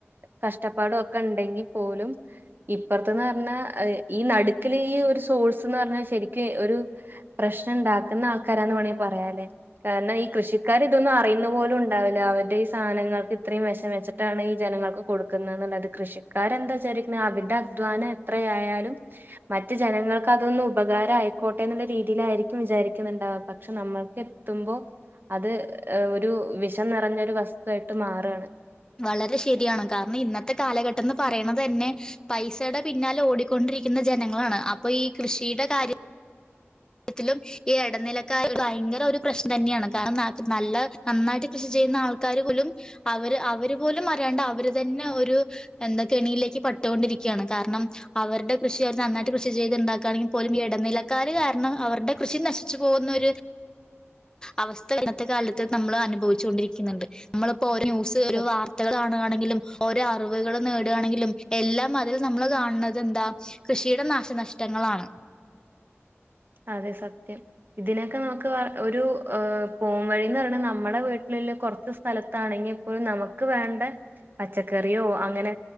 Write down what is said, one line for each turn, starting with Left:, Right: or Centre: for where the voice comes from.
Right: കഷ്ടപ്പാടും ഒക്കെ ഉണ്ടെങ്കി പ്പോലും ഇപ്പറത്തെന്ന് പറഞ്ഞാൽ ഈ നടുക്കില് ഈ ഒരു സോഴ്സ് എന്ന് പറഞ്ഞാൽ ശെരിക്ക് ഒരു പ്രശ്നം ഉണ്ടാക്കുന്ന ആൾക്കാരാന്ന് വേണമെങ്കിൽ പറയാലേ കാരണം ഈ കൃഷിക്കാർ ഇതൊന്നും അറിയുന്ന പോലുംണ്ടാ ണ്ടാവില്ല അവരുടെ ഈ സാധനങ്ങൾക്ക് ഇത്രയും വിശം വെച്ചിട്ടാണ് ഈ ജനങ്ങൾക്ക് കൊടുക്കുന്നത് എന്നുള്ളത് കൃഷി ക്കാരെന്താ വിചാരിക്കുന്നത് അവരുടെ അധ്വാനം എത്രയായാ ലും മറ്റ് ജനങ്ങൾക്ക് അതൊന്ന് ഉപകാരായിക്കോ ട്ടെ എന്നുള്ള രീതിയിലായിരിക്കും വിചാരിക്കുന്നുണ്ടാവുക പക്ഷെ നമ്മൾക്കെത്തുമ്പൊ അത് ഒരു വിഷം നിറഞ്ഞൊരു വസ്തുവായിട്ട് മാറുവാണ്
Left: വളരെ ശരിയാണ് കാരണം ഇന്നത്തെ കാലഘട്ടന്ന് പറയണത് തന്നെ പൈസയുടെ പിന്നാലെ ഓടിക്കൊണ്ടിരിക്കുന്ന ജനങ്ങളാണ് അപ്പൊ ഈ കൃഷിയുടെ കാര്യ ത്തിലും ഈ ഇടനിലക്കാര് ഭയങ്കര ഒരു പ്രശ്നം തന്നെയാണ് കാരണം നല്ല നന്നായിട്ട് കൃഷി ചെയ്യുന്ന ആൾക്കാര് പോലും അവര് അവര് പോലും അറിയാണ്ട് അവര് തന്നെ ഒരു എന്താ കെണിയിലേക്ക് പെട്ടോണ്ടിരിക്കുകയാണ് കാരണം അവരുടെ കൃഷി അവർ നന്നായിട്ട് കൃഷി ചെയ്ത് ഉണ്ടാക്കുകയാണെങ്കിൽ പോലുംഈ ഇടനിലക്കാര് കാരണം കാരണം അവരുടെ കൃഷി നശിച്ചു പോകുന്നൊരു അവസ്ഥ ഇന്നത്തെ കാലത്ത് നമ്മള് അനുഭവിച്ചുകൊണ്ടിരിക്കുന്നുണ്ട് നമ്മളിപ്പൊ ഒരു ന്യൂസ് ഒരു
Right: സ
Left: വാർത്തകള് കാണുകാണെങ്കിലും ഓരോ അറിവുകള് നേടുകയാണെങ്കിലും എല്ലാം അതിൽ നമ്മള് കാണുന്നത് എന്താ കൃഷിയുടെ നാശനഷ്ട്ടങ്ങളാണ്
Right: അതെ സത്യം ഇതിനൊക്കെ നമുക്ക് ഒരു പോം വഴിന്ന് പറഞ്ഞാൽ നമ്മുടെ വീട്ടിലിലെ കൊറച്ച് സ്ഥലത്താണെങ്കി ഒരു നമുക്ക് വേണ്ട പച്ചക്കറിയോ അങ്ങനെ